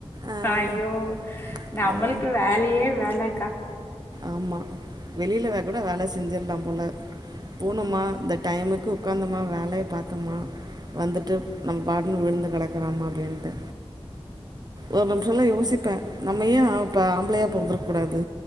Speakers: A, on the right (about 40°); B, on the left (about 20°).
A: ஆ
B: அய்யோ நம்மளுக்கு
A: ஆ
B: வேலயே வேலக்கா
A: ஆமா வெளில வே கூட வேல செஞ்சிரலா போல போனோமா இந்த டைமுக்கு உக்காந்தமா வேலய பாத்தமா வந்துட்டு நம் பாட்டுன்னு விழுந்து கெடக் கறமா அப்டின்ட்டு ஒரு நிமிஷலா யோசிப்ப நம்ம ஏன் அப்ப ஆம்பளையா பொறந்துருக் கூடாது